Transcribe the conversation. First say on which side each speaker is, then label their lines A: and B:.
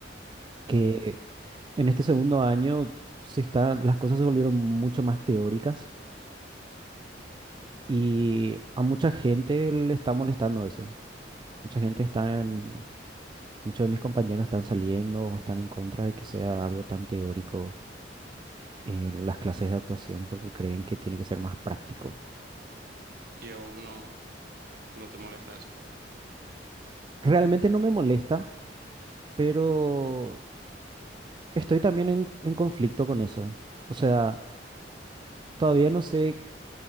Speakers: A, on the right (about 25°); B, on the right (about 55°).
A: que
B: ujú.
A: en este segundo año se está, las cosas se volvieron mucho más teóricas y a mucha gente le está molestando eso. Mucha gente está en, muchos de mis compañeros están saliendo o están en contra de que sea algo tan teórico en las clases de actuación porque creen que tiene que ser más práctico.
B: Y a vos no, no te molesta eso.
A: Realmente no me molesta, pero... Estoy también en, en conflicto con eso. O sea, todavía no sé